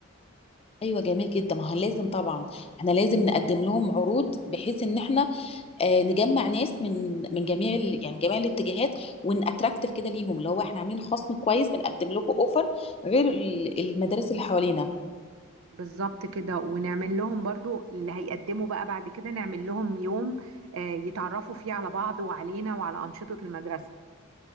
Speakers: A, on the left; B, on the right.
A: ايوه جميل جدا ما هو لازم طبعا احنا لازم نقدم لهم عروض بحيث ان احنا آه نجمع ناس من من جميع ال- يعني جميع الاتجاهات وان اتراكتيف كده ليهم اللي هو احنا عاملين خصم كويس بنقدم لكم اوفر غير ال- المدارس اللي حوالينا
B: بالظبط كده ونعمل لهم برضو اللي هيقدموا بقى بعد كده نعمل لهم يوم آه يتعرفوا فيه على بعض وعلينا وعلى أنشطة المدرسة